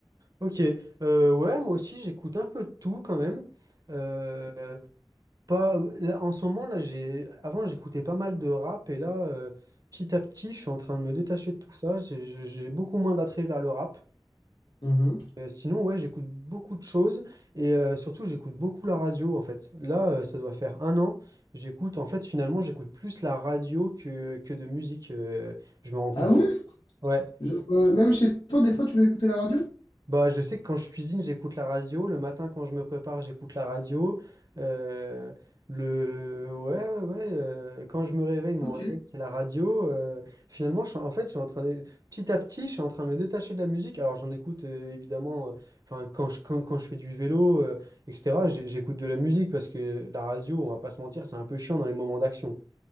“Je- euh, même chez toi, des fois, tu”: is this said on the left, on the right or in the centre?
Left